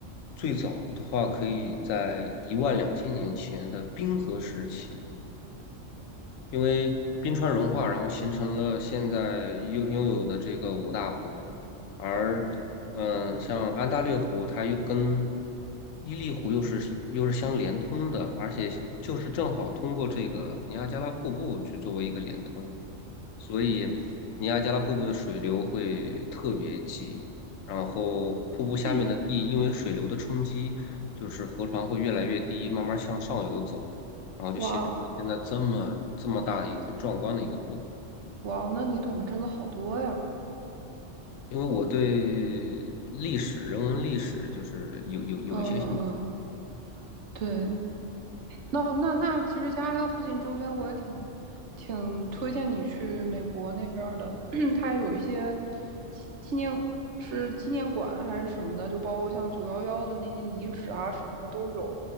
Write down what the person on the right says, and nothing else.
嗯，
哇哦哇哦，那你懂得真的好多呀！
嗯嗯，对，那那那，其实加拿大附近周边我也挺挺推荐你去美国那边儿的，<clears throat> 它有一些纪纪念是纪念馆还是什么的，就包括像九幺幺的那些遗址啊什么的都有，